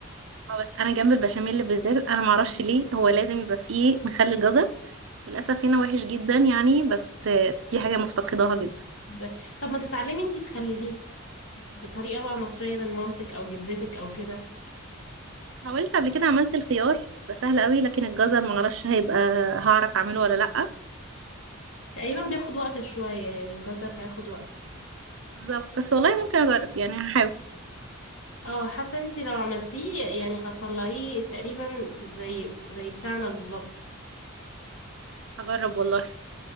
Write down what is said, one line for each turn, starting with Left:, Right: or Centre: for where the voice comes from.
Right: اه بس انا جنب البشاميل بالذات انا ما اعرفش ليه هو لازم يبقى فيه مخلل جزر وللاسف هنا وحش جدا يعني بس آه، دي حاجه مفتقداها جدا
Left: ده. طب ما تتعلمي انتي تخلليه بطريقه بقى مصريه من مامتك او جدتك او كده
Right: حاولت قبل كده عملت الخيار بقى سهل قوي لكن الجزر ما اعرفش هيبقى هعرف اعمله ولا لا
Left: تقريبا بياخد وقت شوية يعني الجزر هياخد وقت
Right: بالظبط بس والله ممكن اجرب يعني هحاول
Left: اه حاسة انتي لو عملتيه يعني هتطلعيه تقريبا زي زي بتاعنا بالظبط
Right: اجرب والله <laughs>